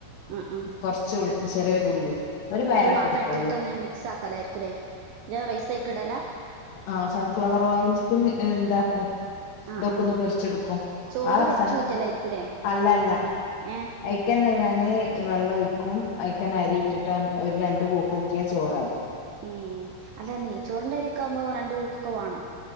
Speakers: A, on the right (about 75°); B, on the left (about 85°).
A: ആഹ് ആഹ്
B: കുറച്ചു ഉ ചെറിയൊരു ഉള്ളി ഒരു പയറൊക്കെ
A: അത് മാത്ര
B: എടുക്കുള്ളൂ
A: ഇട്ടിട്ട് മിക്സ് ആക്കലായിരിക്കൂല്ലേ പിന്ന റൈസ് ആയിക്ക ഇടലാ
B: ആഹ സൺഫ്ലവർ ഓയിൽക്കും ഉണ്ടാക്കും
A: ആഹ്
B: ഇതൊക്കന്ന്
A: ആഹ്
B: പൊരിച്ചെടുക്കും
A: ചോറ്
B: ആ
A: വെച്ചൂറ്റലായിരിക്കുംല്ലേ
B: സൺ അല്ല അല്ല
A: ഏഹ്
B: അയിക്കന്ന ഞ ങ്ങനെ വെള്ളം ഒഴിക്കും അക്കൻ അരിയിട്ടിട്ട് ഒരു രണ്ട കുക്കിയാ ചോറായി
A: ഉ അല്ല നെയ് ചോറിൻന്റെ അറിയോക്കെ ആവുമ്പോ രണ്ടു പൂക്കൊക്കെ വേണോ